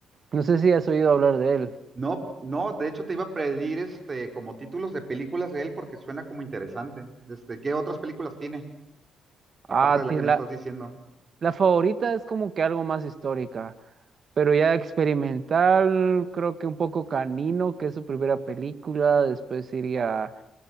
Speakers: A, on the right (about 45°); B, on the right (about 30°).
A: no sé si has oído hablar de él.
B: No, no, de hecho te iba a pedir este como títulos de películas de él porque suena como interesante. Este, ¿qué otras películas tiene? Aparte
A: Ah,
B: de la
A: ti-
B: que me
A: la,
B: estás diciendo.
A: la favorita es como que algo más histórica, pero ya experimental, creo que un poco Canino, que es su primera película. Después iría